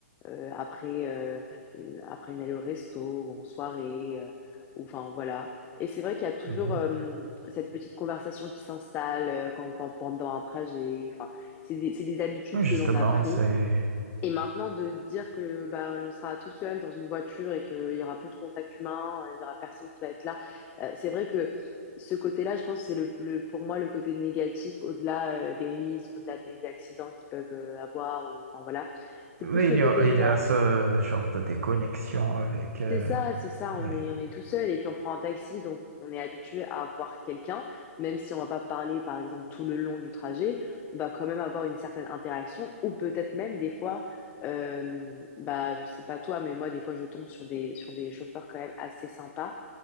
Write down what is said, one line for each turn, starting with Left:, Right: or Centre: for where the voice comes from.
Left: euh, après, euh, une, après une allée au resto ou en soirée, euh, ou enfin voilà. Et c'est vrai qu'il y a toujours
Right: Mhm.
Left: euh, cette petite conversation qui s'installe euh, quand, pen- pendant un trajet. Enfin, c'est des, c'est des habitudes
Right: Oui, Justement,
Left: que l'on a pris.
Right: c'est...
Left: Et maintenant, de dire que bah, l'on sera tout seul dans une voiture et qu'il y aura peu de contact humain, il y aura personne qui va être là, euh, c'est vrai que ce côté-là, je pense, c'est le, le- pour moi le côté négatif, au-delà euh, des risques, au-delà des accidents qu'ils peuvent euh, avoir, ou, enfin voilà. C'est
Right: Oui,
Left: plus le
Right: il
Left: côté
Right: y a, il
Left: humain
Right: y a ce genre de déconnexion avec... euh,
Left: c'est ça, c'est ça, on
Right: ouais.
Left: est, on est tout seul et puis on prend un taxi, donc on est habitué à avoir quelqu'un, même si on va pas parler par exemple tout le long du trajet, on va quand même avoir une certaine interaction ou peut-être même des fois, euh, bah je sais pas toi, mais moi des fois je tombe sur des, sur des chauffeurs quand même assez sympas